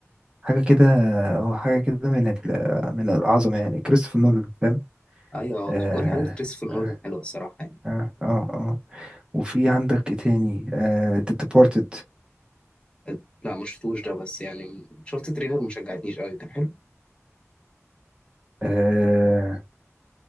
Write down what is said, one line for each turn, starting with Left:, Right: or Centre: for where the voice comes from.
Right: حاجة كده اه حاجة كده من ال من العظمة يعني كريستوفر نولان فاهم
Left: ايوه
Right: اه
Left: كل حاجه كريستوفر
Right: اه
Left: نولان حلوه الصراحه يعني
Right: اه اه آه. وفي عندك ايه تاني آه The Departed
Left: آه، لا ما شفتوش ده بس يعني شفت تريلر ما شجعتنيش قوي كان حلو
Right: آه